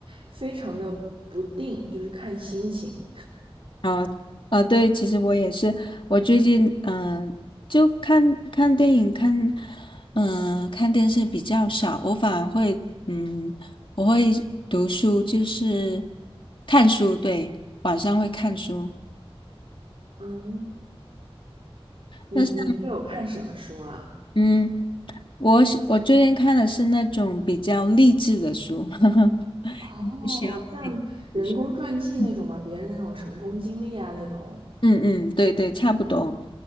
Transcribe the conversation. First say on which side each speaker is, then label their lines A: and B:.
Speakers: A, on the right; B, on the left.
A: 非常的不定，就是看心情。
B: 啊，呃，对，其实我也是，我最近嗯、呃就看看电影，看嗯、呃看电视比较少，我反而会嗯，我会读书，就是看书，对，晚上会看书。
A: 嗯，你你都有看什么书啊？
B: 但是嗯，我是我最近看的是那种比较励志的书，<laughs> 呵呵，
A: 哦，
B: 需要一
A: 像人工传记那种吗？
B: 点书嗯
A: 别人的那种成功经历啊那种。
B: 嗯，嗯对对，差不多。